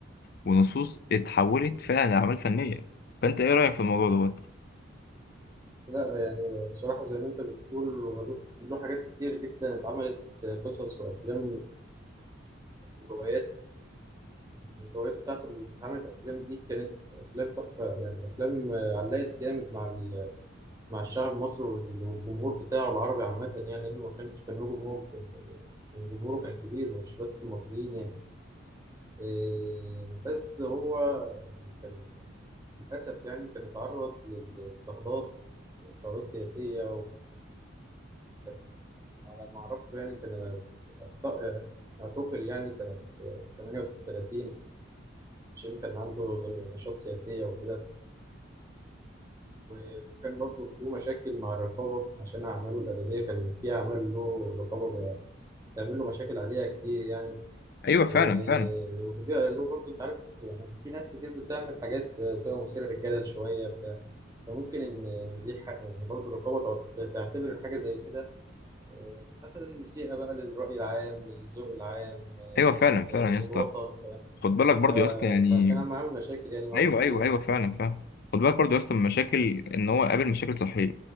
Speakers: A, on the left; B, on the right.
A: ونصوص اتحولت فعلا لأعمال فنية فأنت إيه رأيك في الموضوع دوت؟
B: لا يعني بصراحة زي ما أنت بتقول هو له له حاجات كتير جدا اتعملت قصص وأفلام وروايات الروايات بتاعته اللي اتعملت أفلام دي كانت أفلام تحفة يعني أفلام علقت جامد مع ال- مع الشعب المصري والجمهور بتاعه العربي عامة يعني لأنه ما كانش كان له جمهور جمهوره كان كبير مش بس المصريين يعني إيه، بس هو يعني كان للأسف يعني كان اتعرض للاضطهادات اضطهادات سياسية وكان على ما أعرفه يعني كان اعت- اعتقل يعني سنة 38 عشان كان عنده نشاط سياسية وكده و- وكان برضه له مشاكل مع الرقابة عشان أعماله الأدبية كان في أعمال له الرقابة بتعمل له مشاكل عليها كتير يعني
A: أيوه فعلا
B: و-
A: فعلا
B: واللي بيعملوه برضه انت عارف يعني في ناس كتير بتعمل حاجات آه، تبقى مثيرة للجدل شوية بتاع فممكن ان إن دي ح- يعني برضه الرقابة تعت- تعتبر حاجة زي كده آه، مثلا مسيئة بقى للرأي العام للذوق العام آه،
A: أيوه فعلا
B: لل-
A: فعلا يا اسطى
B: للوطن ف-
A: خد بالك برضو
B: ف-
A: يا اسطى يعني
B: فكان أنا عامل مشاكل يعني معاهم
A: ايوه
B: كتير
A: ايوه ايوه
B: يعني.
A: فعلا فعلا خد بالك برضو يا اسطى من المشاكل ان هو قابل مشاكل صحيه